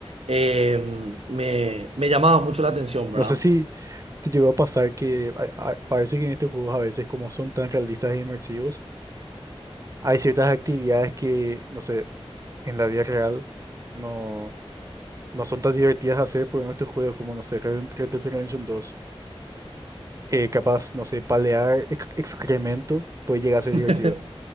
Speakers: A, on the right; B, on the right.
A: eh, me, me llamaba mucho la atención, ¿verdad?
B: No sé si, ¿Te llegó a pasar que a- a- parece que en estos juegos a veces como son tan realistas e inmersivos, hay ciertas actividades que, no sé, en la vida real no, no son tan divertidas de hacer por estos juegos como, no sé, Red Red Dead Redemption dos Eh, capaz, no sé, palear ex- excremento puede llegar a
A: <laughs>
B: ser divertido.